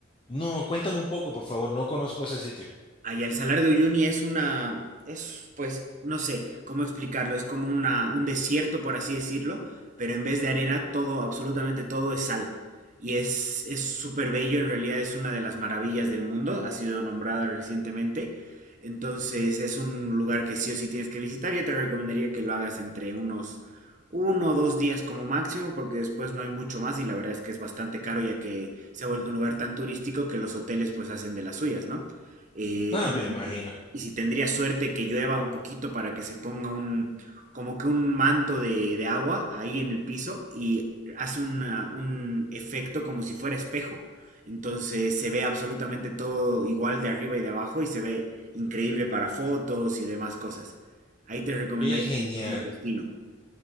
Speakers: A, on the left; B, on the right.
A: No, cuéntame un poco, por favor, no conozco ese sitio. <laughs>
B: Ay, el Salar de Uyuni es una, es pues, no sé cómo explicarlo, es como una, un desierto, por así decirlo, pero en vez de arena, todo, absolutamente todo es sal. Y es, es súper bello, en realidad es una de las maravillas del mundo, ha sido nombrada recientemente. Entonces es un lugar que sí o sí tienes que visitar. Yo te recomendaría que lo hagas entre unos uno o dos días como máximo, porque después no hay mucho más y la verdad es que es bastante caro ya que se ha vuelto un lugar tan turístico que los hoteles pues hacen de las suyas, ¿no? Eh,
A: Ah,
B: y
A: me imagino.
B: y si tendría suerte que llueva un poquito para que se ponga un, como que un manto de, de agua ahí en el piso y hace una- un efecto como si fuera espejo. Entonces se ve absolutamente todo igual de arriba y de abajo y se ve increíble para fotos y demás cosas. Ahí te recomendaría
A: Qué genial.
B: como segundo destino.